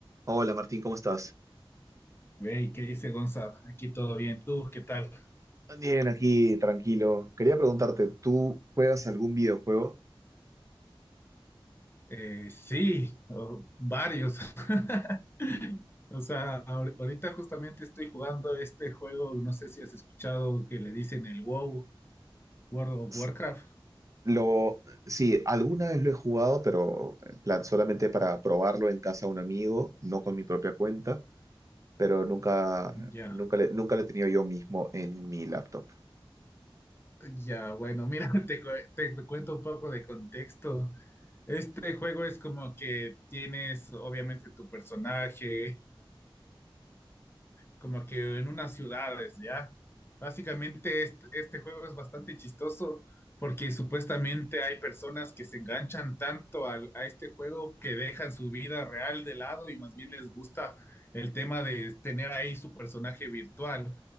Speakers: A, on the right; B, on the left.
A: Hola Martín, ¿cómo estás?
B: Hey, ¿qué dice Gonzalo? Aquí todo bien. ¿Tú qué tal?
A: Bien, aquí tranquilo. Quería preguntarte, ¿tú juegas algún videojuego?
B: Eh, sí, o- varios. <laughs> O sea, ahor- ahorita justamente estoy jugando este juego, no sé si has escuchado que le dicen el WoW, World of
A: S-
B: Warcraft.
A: Lo, sí, alguna vez lo he jugado, pero en plan solamente para probarlo en casa de un amigo, no con mi propia cuenta, pero nunca,
B: Ya,
A: nunca le, nunca lo he tenido yo mismo en mi laptop.
B: ya, bueno, mira, <laughs> te, cu- te cuento un poco de contexto. Este juego es como que tienes obviamente tu personaje, como que en unas ciudades, ¿ya? Básicamente este, este juego es bastante chistoso porque supuestamente hay personas que se enganchan tanto al- a, este juego que dejan su vida real de lado y más bien les gusta el tema de tener ahí su personaje virtual.